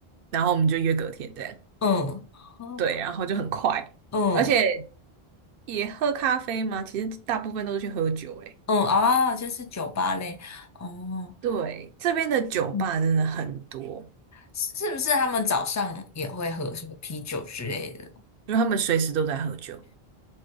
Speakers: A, on the right (about 65°); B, on the left (about 25°).
A: 然后我们就约隔天这样，
B: 嗯哦
A: 对，然后就很快，
B: 嗯
A: 而且也喝咖啡吗？其实大部分都是去喝酒，欸诶，
B: 嗯哦，就是酒吧类哦，
A: 对，这边的酒吧真的很多，
B: 嗯，是是不是他们早上也会喝什么啤酒之类的？
A: 因为他们随时都在喝酒。